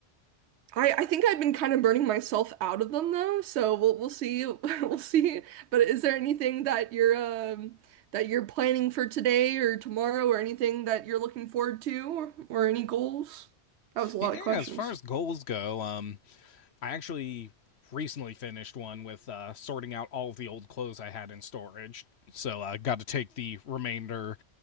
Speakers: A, on the right; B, on the left.
A: I, I think I've been kind of burning myself out of them though, so we'll we'll see <laughs> we'll see. But is there anything that you're um, that you're planning for today or tomorrow or anything that you're looking forward to or, or any goals? That was a
B: Yeah,
A: lot of questions.
B: as far as goals go, um, I actually recently finished one with uh, sorting out all of the old clothes I had in storage. So I uh, got to take the remainder